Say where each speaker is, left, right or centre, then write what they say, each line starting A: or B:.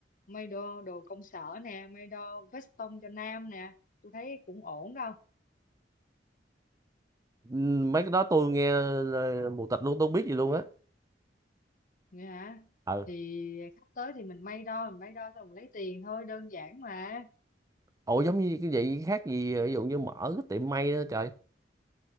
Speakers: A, on the left; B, on the right.
A: may đo đồ công sở nè may đo vest tông cho nam nè tôi thấy cũng ổn đâu
B: Ừm, mấy cái đó tôi nghe là mù tịt luôn tôi không biết gì luôn á
A: nghe hả
B: ừ
A: thì khách tới thì mình may đo mình may đo xong mình lấy tiền thôi đơn giản mà
B: ủa giống như cái vậy khác gì ví dụ như mở cái tiệm may đó trời